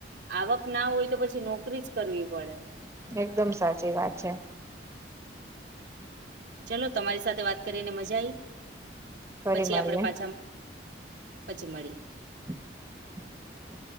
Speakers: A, on the right; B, on the right.
A: આવક ના હોય તો, પછી નોકરી જ કરવી પડે.
B: એકદમ સાચી વાત છે.
A: ચલો, તમારી સાથે વાત કરીને મજા આઈ.
B: ફરી
A: પછી
B: મળીએ.
A: આપડે પાછા- પછી મળીએ.
B: <inaudible>